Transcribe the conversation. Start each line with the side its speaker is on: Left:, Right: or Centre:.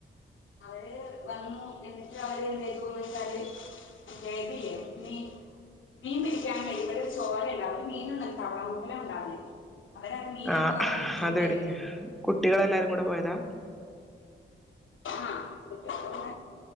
Left: അവര് വന്നു എന്നിട്ട് അവര് എന്തെയ്തൂന്ന് വെച്ചാല് കേക്കില്ലേ മീ മീൻ പിടിക്കാൻ വെരും ഇവിടെ ചോരെണ്ടാവല് മീനൊന്നുല്ല തവള മൂട്ടലാണ്ടാവല് അവരത് മീനാന്നും
Centre: ആഹ്
Left: പറഞ്ഞ് പിടിച്ചോണ്ട്
Centre: അത്
Left: വര്യേനി
Centre: എടുക്ക് കുട്ടികളെല്ലാരും കൂടി പോയട്ടാ
Left: ആഹ് കുട്ടികള് പോയ